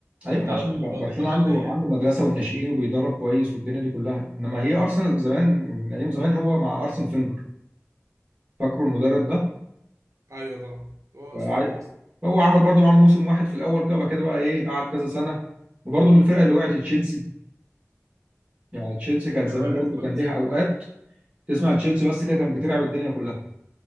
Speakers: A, on the right; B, on the right.
A: ايوه
B: أو ثلاث
A: ما عشان
B: بطولات
A: ب- برشلونه
B: المحلية
A: عنده عنده
B: يعني.
A: مدرسه والناشئين وبيدرب كويس والدنيا دي كلها انما هي ارسنال زمان من ايام زمان هو مع ارسن فينجر فاكره المدرب ده
B: ايوه طبعا هو
A: فع-
B: اسطوره ارسنال
A: هو عمل برضه معاهم موسم واحد في الاول كده بعد كده بقى ايه قعد كذا سنه وبرضه من الفرقه اللي وقعت تشيلسي يعني تشيلسي كانت
B: هي
A: زمان
B: وقعت
A: برضه
B: خالص
A: كان ليها اوقات تسمع تشيلسي بس كده كان بتلعب الدنيا كلها